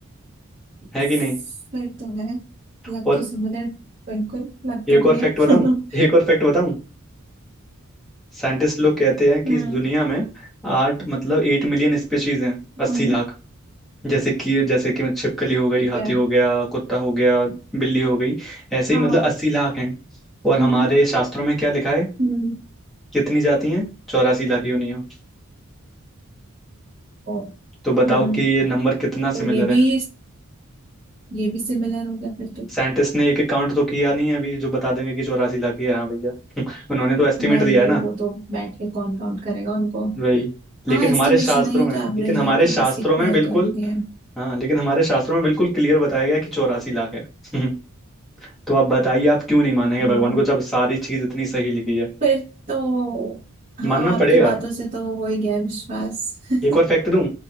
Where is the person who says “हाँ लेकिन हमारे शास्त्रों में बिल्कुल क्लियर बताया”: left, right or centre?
Centre